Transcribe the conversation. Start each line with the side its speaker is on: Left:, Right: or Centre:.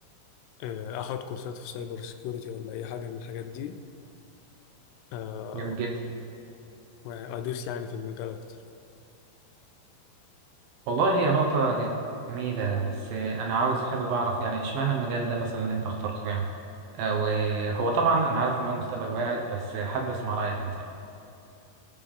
Left: آه، اخد كورسات في سايبر سيكيورتي ولا اي حاجه من الحاجات دي آه،
Right: جميل جدا
Left: وادوس يعني في المجال اكتر
Right: والله هي نقطة جميلة بس أنا عاوز حابب أعرف يعني إشمعنى المجال ده مثلا اللي أنت اخترته يعني آه، وهو طبعا أنا عارف إن هو مستقبل واعد بس حابب أسمع رأيك أنت